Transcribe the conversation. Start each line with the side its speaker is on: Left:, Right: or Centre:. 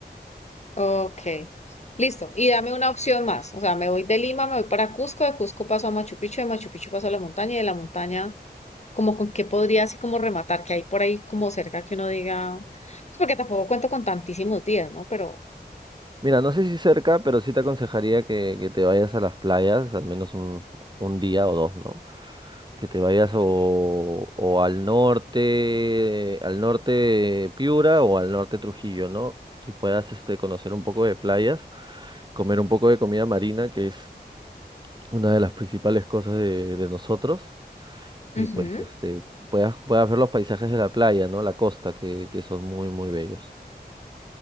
Left: Ok, listo. Y dame una opción más. O sea, me voy de Lima, me voy para Cusco, de Cusco paso a Machu Picchu, de Machu Picchu paso a la montaña, y de la montaña, como con qué podría así como rematar, que hay por ahí como cerca que uno diga, pues porque tampoco cuento con tantísimos días, ¿no? Pero,
Right: Mira, no sé si cerca, pero sí te aconsejaría que, que te vayas a las playas, al menos un, un día o dos, ¿no? que te vayas o, o al norte, al norte Piura o al norte Trujillo, ¿no? Y puedas este, conocer un poco de playas, comer un poco de comida marina, que es una de las principales cosas de, de nosotros, y
Left: ujú.
Right: pues este, puedas, puedas ver los paisajes de la playa, ¿no? La costa, que, que son muy, muy bellos.